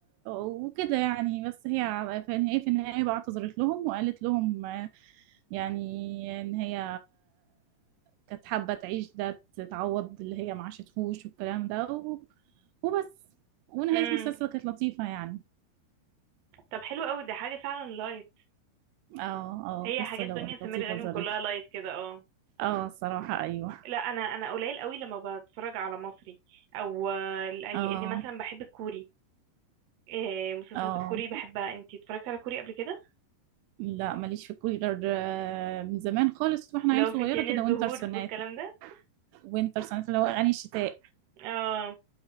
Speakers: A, on the right; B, on the right.
A: وكده يعني بس هي في النهاية في النهاية بقى اعتذرت لهم وقالت لهم يعني إن هي كانت حابة تعيش ده تتعوض اللي هي ما عاشتهوش والكلام ده و... وبس ونهاية
B: امم
A: المسلسل كانت لطيفة يعني
B: طب حلو قوي ده حاجة فعلا لايت
A: اه اه
B: هي
A: قصة
B: حاجات
A: لو-
B: دنيا
A: لطيفة
B: سمير غانم
A: ظريفة
B: كلها لايت كده اه
A: اه الصراحة ايوه
B: لا انا انا قليل قوي لما بتفرج على مصري او آه، لاني
A: اه
B: مثلا بحب الكوري إيه مسلسلات
A: اه
B: الكوري بحبها انتي اتفرجت على كوري قبل كده
A: لا ماليش في كولر آه، من زمان خالص واحنا
B: اللي
A: عيل
B: هو
A: صغيرة
B: فتيان
A: كده
B: الزهور
A: وينتر سوناتا
B: والكلام ده
A: وينتر سوناتا اللي هو اغاني الشتاء
B: اه